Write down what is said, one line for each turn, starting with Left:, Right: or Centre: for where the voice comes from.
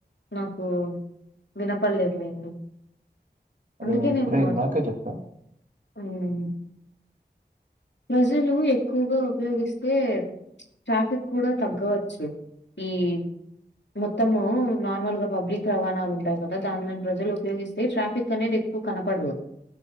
Left: నాకు వినపడలేదులేండి.
Right: అది
Left: అందుకే
Right: నేను ఇప్పుడే
Left: నేన్ మాట్
Right: ఇందాకే చెప్పాను.
Left: ఉ ఉ ప్రజలు ఎక్కువగా ఉపయోగిస్తే ట్రాఫిక్ కూడా తగ్గవచ్చు. ఈ ఈ మొత్తము నార్మల్గా పబ్లిక్ రవాణాలు ఉంటాయి కదా దానిలని ప్రజలు ఉపయోగిస్తే ట్రాఫిక్ అనేది ఎ కు కనపడరు